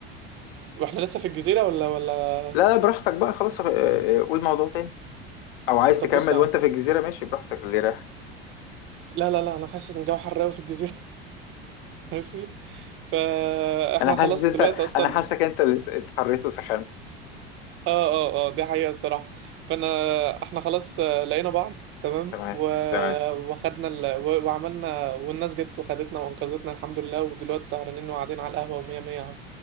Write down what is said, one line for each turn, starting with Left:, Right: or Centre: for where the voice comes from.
Right: واحنا لسه في الجزيرة ولا ولا
Left: لا لا براحتك بقى خلاص آه، آه، قول موضوع تاني او عايز
Right: طب
Left: تكمل
Right: بص يا عم
Left: وانت في الجزيرة ماشي براحتك اللي رايح
Right: لا لا لا انا حاسس ان الجو حر قوي في الجزيره <laughs> ماشي فاحنا
Left: انا
Right: خلاص
Left: حاسس انت
Right: دلوقتي اصلا
Left: انا حاسك انت اللي اتحريت وسخنت
Right: اه اه اه دي حقيقه الصراحه فانا احنا خلاص آه، لقينا بعض تمام
Left: تمام
Right: و...
Left: تمام
Right: وخدنا ال... و... وعملنا والناس جت وخدتنا وانقذتنا الحمد لله ودلوقتي سهرانين وقاعدين على القهوه ومية مية اهو